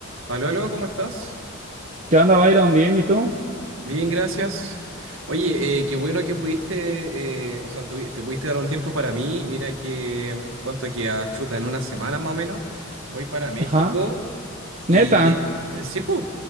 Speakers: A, on the right (about 70°); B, on the right (about 35°).
A: Aló, aló, ¿cómo estás?
B: ¿Qué onda, Byron? ¿Bien? ¿Y tú?
A: Bien, gracias. Oye, eh, qué bueno que pudiste, eh, o sea, tuvi- te pudiste dar un tiempo para mí. Mira que, ¿cuánto queda? Chuta, en una semana más o menos, voy para México
B: Ajá.
A: y
B: Neta.
A: que, eh, sí, pues,